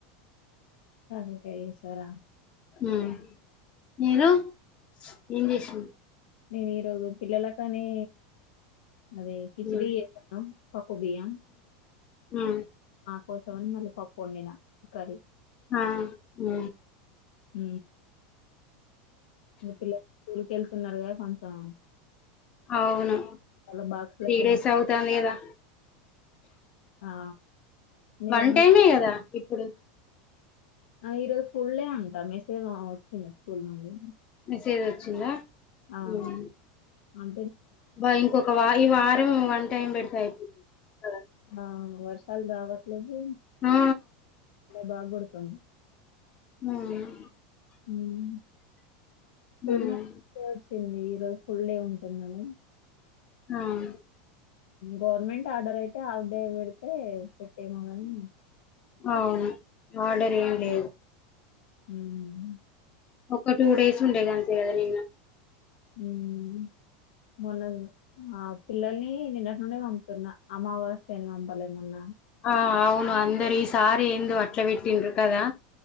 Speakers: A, on the left (about 80°); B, on the left (about 20°).
A: కాకరకయ్ ఎస్తర
B: ఉమ్ మీరు ఏం జెసావ్
A: నేను ఈరోజు పిల్లలకానీ అది కిచిడీ
B: ఉమ్
A: జేసాను పొడియా
B: ఆ
A: నా కోసమని మళ్ళీ పప్పొండిన కర్రీ
B: హా ఉ
A: మ్ ఇంగ్ పిల్లలు స్కూల్కెళ్తున్నారుగద కొంచెం
B: అవును
A: వాళ్ళ బాక్స్లకి
B: త్రీ డేస్
A: ఏం
B: అవుతాంది గదా
A: ఆ నే
B: వన్ టైమే గదా ఇప్పుడు
A: ఆ ఈరోజు ఫుల్డే అంటా మెసేజ్ మమ వచ్చింది స్కూల్ నుండి
B: మెసేజ్ వచ్చిందా
A: ఆ
B: ఉమ్
A: అం
B: బా ఇంకొక వాయి వారము వన్ టైమ్ బెడితే అయిపోంది కదా
A: ఆ వర్షాలు రావట్లేదు
B: నా
A: బాగ్గొడుతున్
B: <unintelligible>
A: ఉమ్ స్కుల్
B: ఉమ్
A: నుంటి <unintelligible> వచ్చింది ఈ రోజు ఫుల్ డే ఉంటుందని
B: హవున్
A: గవర్నమెంట్ ఆర్డర్ అయితే ఆఫ్ డే పెడితే పెట్టేమో గాని
B: అవును ఆర్డర్ ఏం లేదు
A: ఊమ్
B: ఒక్క టూ డేస్ ఉండేదంతే గదా నిన్న
A: మ్ మొన్నది ఆ పిల్లల్ని నిన్నటి నుండి పంపుతున్న అమావాస్య అని పంపలే మొన్న
B: ఆ అవును అందరు ఈ సారి ఎందు అట్లబటిన్రు కదా